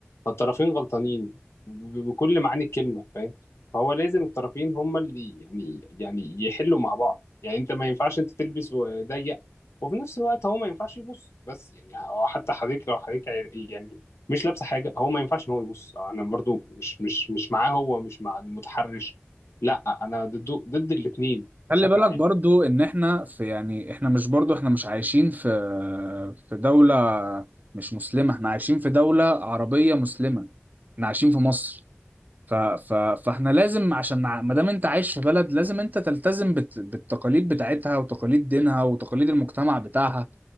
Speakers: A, on the left; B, on the right.
A: فالطرفين غلطانين ب- بكل معاني الكلمة فاهم فهو لازم الطرفين هما اللي يعني يعني يحلوا مع بعض يعني انت ما ينفعش انت تلبس وضيق وفي نفس الوقت هو ما ينفعش يبص بس يعني هو حتى حضرتك لو حضرتك عر- يعني مش لابسه حاجه هو ما ينفعش ان هو يبص انا برضو مش مش مش معاه هو مش مع المتحرش لا انا ضده ضد الاثنين بشكل
B: خلي بالك
A: عام
B: برضو ان احنا في يعني احنا مش برضو احنا مش عايشين في في دولة مش مسلمة احنا عايشين في دولة عربية مسلمة احنا عايشين في مصر ف... ف... فاحنا لازم عشان نع- ما دام انت عايش في بلد لازم انت تلتزم بت... بالتقاليد بتاعتها وتقاليد دينها وتقاليد المجتمع بتاعها